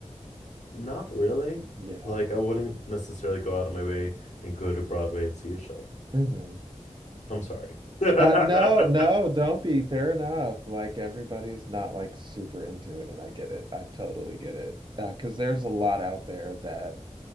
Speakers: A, on the left; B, on the right.
A: not really.
B: Yeah.
A: Like I wouldn't necessarily go out of my way and go to Broadway and see a show.
B: Mhm.
A: I'm sorry. <laughs>
B: Uh no, no, don't be. Fair enough. Like everybody's not like super into it and I get it. I totally get it. Uh, 'cause there's a lot out there that